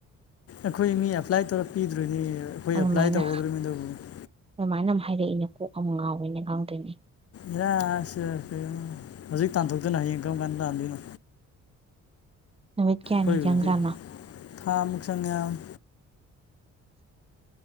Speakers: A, on the left (about 50°); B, on the right (about 20°).
A: ꯑꯩꯈꯣꯏꯅꯤ ꯑꯦꯄ꯭ꯂꯥꯏ ꯇꯧꯔ ꯄꯤꯗ꯭ꯔꯣꯏꯅꯦ ꯑꯩꯈꯣꯏ
B: ꯑꯗꯨꯃꯥꯏꯅ
A: ꯑꯦꯄ꯭ꯂꯥꯏ <unintelligible>
B: ꯑꯗꯨꯃꯥꯏꯅ ꯑꯃ ꯍꯥꯏꯔꯛꯏꯅꯦ ꯀꯣꯛ ꯑꯃ ꯉꯥꯎꯋꯤꯅꯦ ꯈꯪꯗꯦꯅꯦ
A: ꯏꯔꯥꯁꯤ ꯀꯩꯅꯣ ꯍꯧꯖꯤꯛ ꯇꯥꯟꯊꯣꯛꯇꯅ ꯍꯌꯦꯡ ꯀꯔꯝ ꯀꯥꯟꯗ ꯇꯥꯟꯗꯣꯏꯅꯣ
B: <inaudible> ꯀꯌꯥꯅꯤ
A: ꯍꯣꯏ
B: ꯆꯪꯖꯥꯠꯅꯣ
A: ꯍꯧꯖꯤꯛꯇꯤ ꯊꯥꯃꯨꯛ ꯆꯪꯉꯦ ꯍꯥꯏꯕꯅꯤ